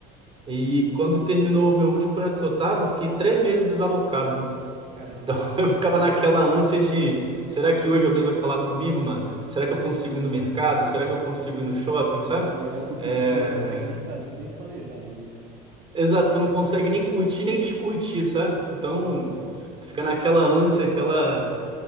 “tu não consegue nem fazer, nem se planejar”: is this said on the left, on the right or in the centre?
Right